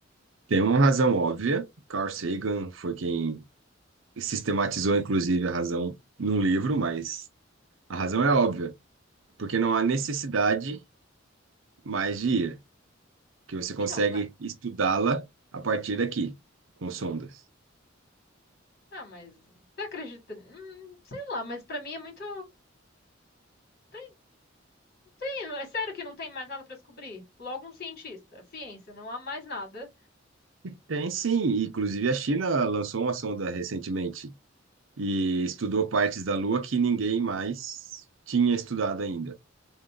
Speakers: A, on the right; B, on the left.
A: tem uma razão óbvia. Carl Sagan foi quem sistematizou, inclusive, a razão num livro, mas a razão é óbvia, porque não há necessidade mais de ir, que você consegue
B: Então, mas,
A: estudá-la a partir daqui, com sondas.
B: ah, mas você acredita? Hum, sei lá, mas pra mim é muito tem, tem- é sério que não tem mais nada pra descobrir? Logo um cientista, ciência, não há mais nada.
A: E tem sim, inclusive a China lançou uma sonda recentemente e estudou partes da Lua que ninguém mais tinha estudado ainda.